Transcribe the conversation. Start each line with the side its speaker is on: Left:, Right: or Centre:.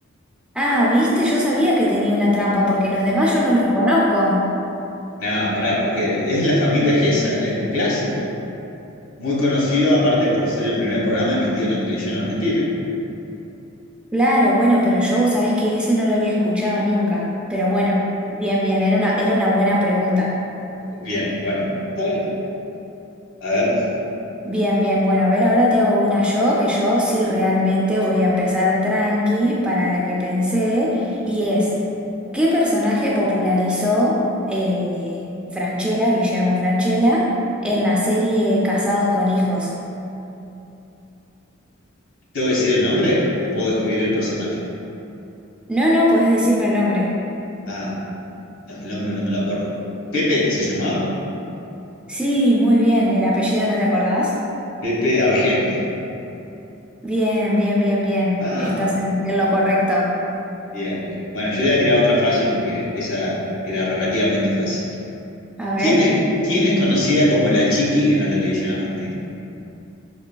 Centre: Ah, viste, yo sabía que tenía una trampa porque los demás yo no los conozco.
Left: <laughs> no, pará, porque es la familia Gesa, es un clásico. Muy conocido, aparte, por ser el primer programa emitido en la televisión argentina.
Centre: Claro, bueno, pero yo vos sabés que ese no lo había escuchado nunca. Pero bueno, bien, bien, era una, era una buena pregunta.
Left: Bien, bueno, está bien. A ver.
Centre: Bien, bien, bueno, a ver, ahora te hago una yo, que yo sí realmente voy a empezar tranqui para la que pensé, y es, ¿qué personaje popularizó eh, Francella, Guillermo Francella, en la serie Casados con Hijos?
Left: ¿Tengo que decir el nombre o puedo describir el personaje?
Centre: No, no, podés decirme el nombre.
Left: Ah, no, es que el nombre no me lo acuerdo. ¿Pepe se llamaba?
Centre: Sí, muy bien, ¿el apellido no te acordás?
Left: Pepe Argento.
Centre: Bien, bien, bien, bien,
Left: Vamos.
Centre: estás en, en lo correcto.
Left: Bien, bien. Bueno, yo te voy a tirar otra fácil porque esa era relativamente fácil.
Centre: A ver,
Left: ¿Quién es, quién es conocida como la Chiqui en la televisión argentina?